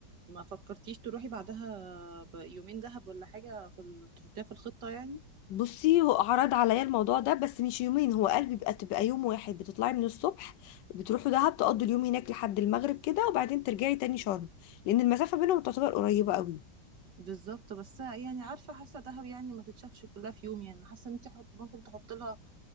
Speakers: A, on the right (about 75°); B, on the left (about 90°).
A: ما فكرتيش تروحي بعدها بيومين دهب ولا حاجة في ال... تحطيها في الخطة يعني
B: بصي هو عرض عليا الموضوع ده بس مش يومين هو قال بيبقى تبقى يوم واحد بتطلعي من الصبح بتروحوا دهب تقضوا اليوم هناك لحد المغرب كده وبعدين ترجعي تاني شرم لان المسافه بينهم تعتبر قريبه قوي
A: بالظبط بس يعني عارفة حاسة دهب يعني ما تتشافش كلها في يوم يعني حاسة ان انت حط... ممكن تحط لها